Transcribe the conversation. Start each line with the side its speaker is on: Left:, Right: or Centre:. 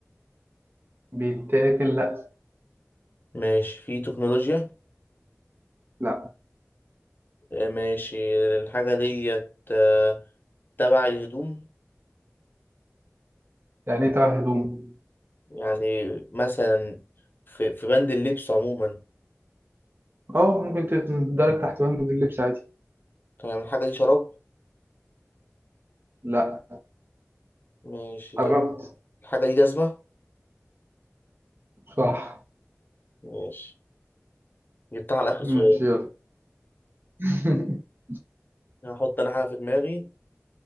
Right: بيتاكل لا
Left: ماشي فيه تكنولوجيا
Right: لا
Left: آه، ماشي الحاجة ديت آه، تبع الهدوم
Right: يعني ايه تبع الهدوم
Left: يعني مثلا في, في بند اللبس عموما
Right: اه ممكن تندرج تحت وهم اللبس عادي
Left: تمام الحاجة دي شراب
Right: لا
Left: ماشي
Right: قربت
Left: طب الحاجة دي جزمة
Right: صح
Left: ماشي جبتها على آخر
Right: ماشي
Left: سؤال
Right: يلا <laughs>
Left: هحط أنا حاجة في دماغي